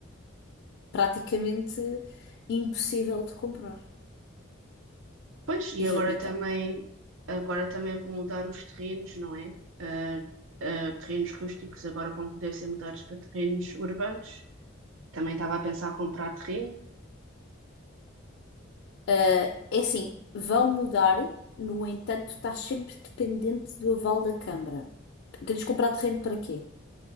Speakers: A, on the left (about 65°); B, on the right (about 70°).
A: praticamente impossível de comprar,
B: Pois, e
A: exorbitante.
B: agora também, agora também vão mudar os terrenos, não é? Ah, ah, terrenos rústicos agora vão poder ser mudados para terrenos urbanos. Também estava a pensar comprar terreno.
A: Ah, é assim, vão mudar, no entanto, estás sempre dependente do aval da Câmara. Queres comprar terreno para quê?